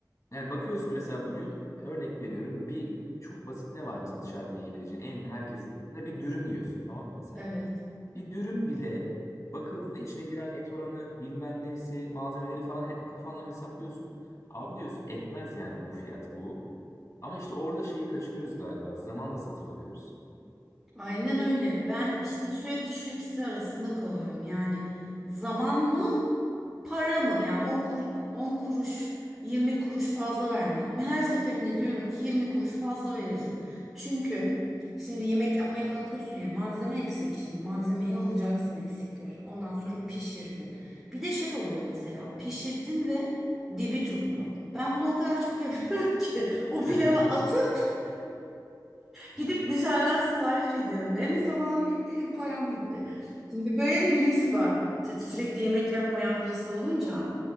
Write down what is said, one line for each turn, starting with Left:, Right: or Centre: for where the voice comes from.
Left: yani bakıyorsun mesela bugün örnek veriyorum bir çok basit ne var mesela dışarıda yiyebileceğin en herkesin mesela bir dürüm yiyorsun tamam mı mesela.
Centre: Evet
Left: Bir dürüm bile bakıldığında içine giren et oranı bilmem nesi malzemeleri falan he- kafandan hesaplıyorsun. Abi diyorsun etmez yani bu fiyat bu. Ama işte orada şeyi kaçırıyoruz galiba zaman da satın alıyoruz.
Centre: aynen öyle. Ben işte sürekli şu ikisi arasında kalıyorum yani zaman mı? Para mı? Yani 10 kuruş, 10 kuruş, 20 kuruş fazla vermek mi? Her seferinde diyorum ki 20 kuruş fazla veririm. Çünkü şimdi yemek yapmaya kalkıyorsun ya malzeme eksik. Şimdi malzemeyi alacaksın eksikleri. Ondan sonra pişirdin. Bir de şey oluyor mesela pişirdin ve dibi tuttu. Ben bunu o kadar çok yapıyorum <laughs> ki o pilavı
Left: <laughs>
Centre: atıp gidip dışarıdan sipariş ediyorum. Hem zamanım gitti hem param gitti. Şimdi böyle de bir risk var. T- Sürekli yemek yapmayan birisi olunca.